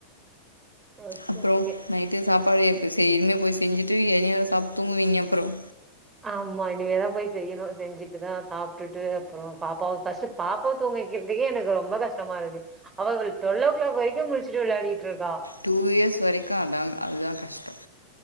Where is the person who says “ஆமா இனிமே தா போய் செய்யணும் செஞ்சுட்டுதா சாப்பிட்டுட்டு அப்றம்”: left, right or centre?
Right